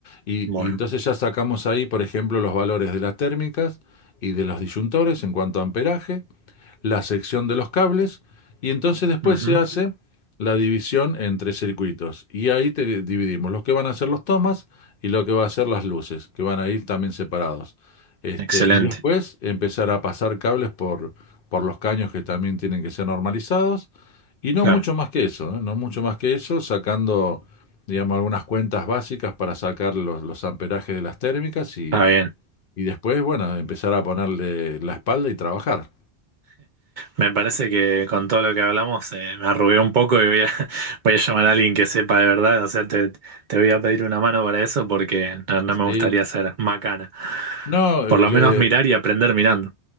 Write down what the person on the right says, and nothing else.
Bueno.
ujú.
Excelente,
claro.
Está bien.
Me parece que con todo lo que hablamos eh, me arrugué un poco y voy a, <laughs> voy a llamar a alguien que sepa de verdad. O sea, te, te voy a pedir una mano para eso porque no, no
me gustaría ser macana.
Por
lo
menos mirar y aprender mirando.